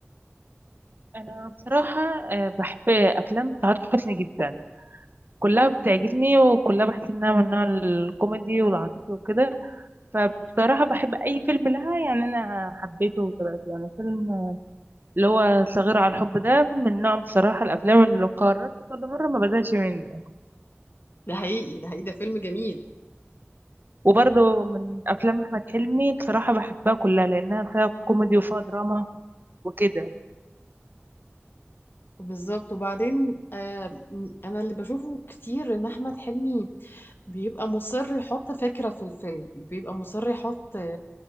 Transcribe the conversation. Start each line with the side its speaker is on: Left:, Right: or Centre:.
Right: أنا بصراحة آه، بحب أفلام سعاد حسني جدا كلها بتعجبني وكلها بحس إنها من نوع الكوميدي والعاطفي وكده فبصراحة بحب أي فيلم لها يعني أنا حبيته وتابعته يعني فيلم اللي هو صغير على الحب ده من نوع بصراحة الأفلام اللي قررت كل مرة ما بزهقش منه
Left: ده حقيقي ده حقيقي ده فيلم جميل
Right: وبرضه من افلام احمد حلمي بصراحه بحبها كلها لانها فيها كوميدي وفيها دراما وكده
Left: بالظبط وبعدين آه، م- أنا اللي بشوفه كتير إن أحمد حلمي بيبقى مصر يحط فكرة في الفيلم بيبقى مصر يحط